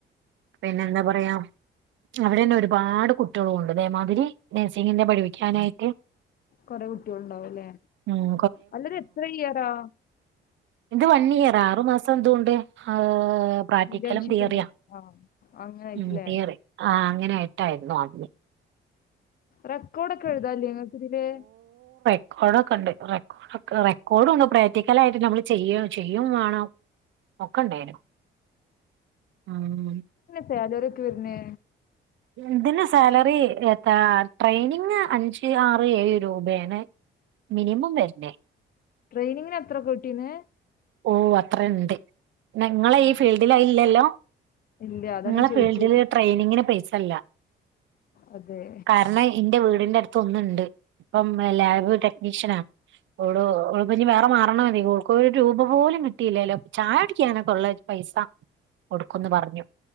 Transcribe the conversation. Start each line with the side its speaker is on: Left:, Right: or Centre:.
Right: പിന്നെ എന്താ പറയ അവിടെ തന്നെ ഒരുപാട് കുട്ടികളും ഉണ്ട് അതെമാതിരി നഴ്സിങ്ങിന്റെ പഠിക്കാനായിട്ട്
Left: കൊറെ കുട്ടികള്ണ്ടാവും അല്ലേ
Right: ഉം
Left: അല്ലത് എത്ര ഇയറാ
Right: എന്റെ വൺ ഇയർ ആറു മാസം ഇതുമുണ്ട് ആഹ്ഹ് പ്രക്
Left: ഇന്റേൺഷിപ്പ്
Right: ക്കലും തീയറിയാ
Left: ഉണ്ടോ ആഹ് അങ്ങനെ ആയിട്ടില്ലേ
Right: മ്മ് തിയറി ആഹ് അങ്ങനെയിട്ടായിരുന്നു ആദ്യം
Left: റെക്കോർഡ് ഒക്കെ എഴുതാനില്ലേ നിങ്ങക്ക് ഇതില്
Right: റെക്കോർഡ് ഒക്കെ ഉണ്ട് റെക്കോ റെക്കോർഡ്ണ്ട് പ്രേക്ടിക്കലായിട്ട് നമ്മള് ചെയ്യ ചെയ്യും വേണം ഒക്കെ ഉണ്ടായിനു ആഹ്
Left: സാലറി ഒക്കെ വരുന്നേ
Right: ഇതിന് സാലറി ഏഹ് ട്രെയിനിങ് അഞ്ച് ആറ് ഏഴ് രൂപയാണ് മിനിമം വരുന്നെ
Left: ട്രെയിനിങ്ങിന് എത്ര കിട്ടീന്ന്
Right: ഓഹ് അത്രേം ഉണ്ട് നിങ്ങളെ
Left: ആഹ്
Right: ഈ ഫീൽഡിൽ അത് ഇല്ലല്ലോ
Left: ഇല്ല അതാണ്
Right: നിങ്ങളെ
Left: ഞാൻ ചോദിച്ചേ
Right: ഫീൽഡില് ട്രെയിനിങ്ങിന് പൈസ ഇല്ല
Left: അതെ
Right: കാരണം എന്റെ വീടിന്റെ അടുത്ത് ഒന്നുണ്ട് ഇപ്പം ലാബ് ടെക്നീഷ്യനാ ഓള് ഓള് ഇപ്പം ഇനി വേറെ മാറണം മതി ഓള്ക്ക് ഒരു രൂപ പോലും കിട്ടിയില്ലല്ലോ ചായ കുടിക്കാനൊക്കെ ഉള്ള പൈസ കൊടുക്കുംന്ന് പറഞ്ഞു